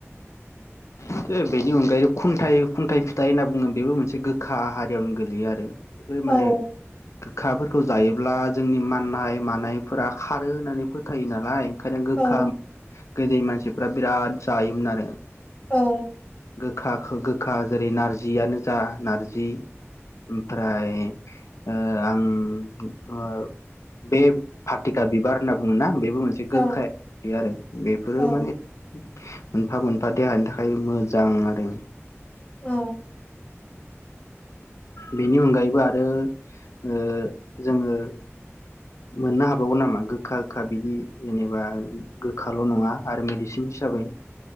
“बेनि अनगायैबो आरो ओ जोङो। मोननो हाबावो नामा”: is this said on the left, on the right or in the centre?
Left